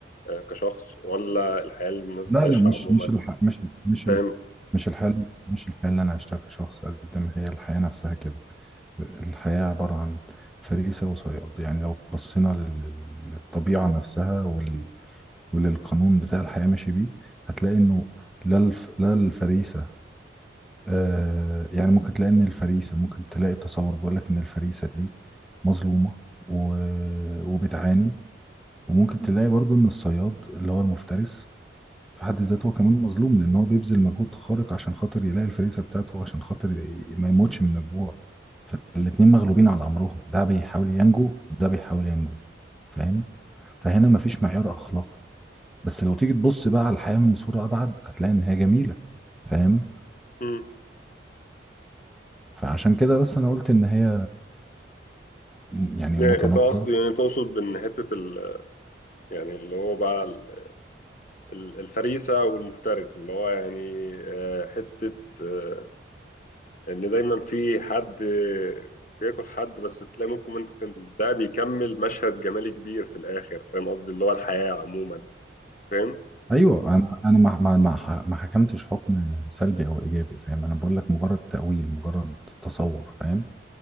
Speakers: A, on the left (about 40°); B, in the centre.
A: آه، كشخص ولا الحياة اللي الناس
B: لا
A: بتعيشها
B: لا مش
A: عموما
B: مش الح... مش ال- مش
A: فاهم
B: ال... مش الحياة مش الحياة اللي أنا عشتها كشخص قد ما هي الحياة نفسها كده الحياة عبارة عن فريسة وصياد يعني لو بصينا لل- للطبيعة نفسها وال... وللقانون بتاع الحياة ماشي بيه هتلاقي إنه لا الف... لا الفريسة آه يعني ممكن تلاقي ان الفريسه ممكن تلاقي تصور بيقول لك ان الفريسه دي مظلومه و... وبتعاني وممكن تلاقي برضو ان الصياد اللي هو المفترس في حد ذاته هو كمان مظلوم لان هو بيبذل مجهود خارق عشان خاطر يلاقي الفريسه بتاعته عشان خاطر ي- ما يموتش من الجوع الاتنين مغلوبين على امرهم ده بيحاول ينجو وده بيحاول ينجو فاهم فهنا مفيش معيار اخلاقي بس لو تيجي تبص بقى على الحياه من صوره ابعد هتلاقي ان هي جميله فاهم
A: مم.
B: فعشان كده بس انا قلت ان هي يعني
A: يعني
B: متناقضة
A: ده قصدي يعني تقصد بإن حتة ال... يعني اللي هو بقى ال- ال- الفريسة والمفترس اللي هو يعني آه، حتة آه، إن دايما في حد آه، بياكل حد بس تلاقي ممكن انت كان ده بيكمل مشهد جمالي كبير في الآخر فاهم قصدي اللي هو الحياة عموما فاهم
B: ايوه انا انا ما ما ما ما حكمتش حكم سلبي او ايجابي فاهم انا بقول لك مجرد تأويل مجرد تصور فاهم